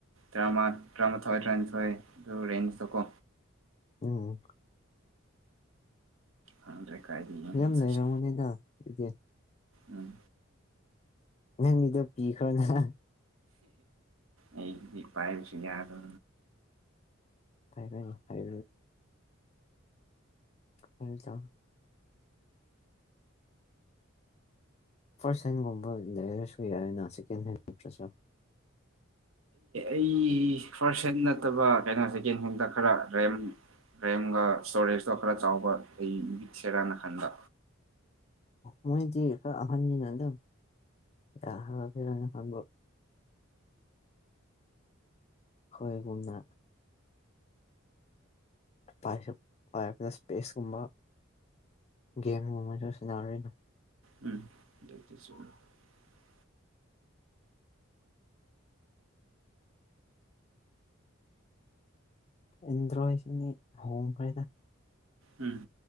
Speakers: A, on the right; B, on the left.
A: ꯇꯔꯥꯃ ꯇꯔꯥꯃꯥꯊꯣꯏ ꯇꯔꯥꯅꯤꯊꯣꯏ ꯑꯗꯨ ꯔꯦꯟꯖꯇꯀꯣ
B: ꯎꯝ
A: ꯈꯪꯗ꯭ꯔꯦ ꯀꯥꯏꯗ ꯌꯦꯡꯕ
B: ꯌꯥꯝ
A: ꯆꯠꯁꯤ
B: ꯂꯩꯔꯝꯃꯣꯅꯦꯗ ꯏꯗꯤ
A: ꯎꯝ
B: ꯅ ꯃꯤꯗ ꯄꯤ ꯈꯔꯅꯦ
A: ꯑꯩ ꯄꯥꯏꯁꯤ ꯌꯥꯗ
B: ꯐ ꯐ ꯍꯥꯏ ꯍꯥꯏ ꯊ ꯐꯥꯔꯁ ꯍꯦꯟꯒꯨꯝꯕ ꯂꯩꯔꯁꯨ ꯌꯥꯏꯅ ꯁꯦꯀꯦꯟ ꯍꯦꯟ ꯅꯠꯇ꯭ꯔꯁꯨ
A: ꯑꯩ ꯐꯥꯔꯁ ꯍꯦꯟ ꯅꯠꯇꯕ ꯀꯩꯅꯣ ꯁꯦꯀꯦꯟ ꯍꯦꯟꯗ ꯈꯔꯔꯦꯝ ꯔꯦꯝꯒ ꯏꯁꯇꯣꯔꯦꯖꯇꯣ ꯈꯔ ꯆꯥꯎꯕ ꯑꯩ ꯠꯁꯦꯔꯥꯅ ꯈꯟꯕ
B: ꯃꯣꯏꯗꯤꯀ ꯑꯍꯟꯖꯤ ꯅꯗꯣ ꯌꯥ ꯐ ꯍ ꯍꯣꯏꯒꯨꯨꯝꯅ ꯄꯥꯏꯔꯅ ꯏꯁꯄꯦꯁꯀꯨꯝꯕ ꯒꯦꯝ <unintelligible>
A: ꯎꯝ <unintelligible>
B: ꯏꯟꯗ꯭ꯔꯣꯁꯤꯅꯤ ꯍꯣꯡꯈ꯭ꯔꯦꯗ
A: ꯎꯝ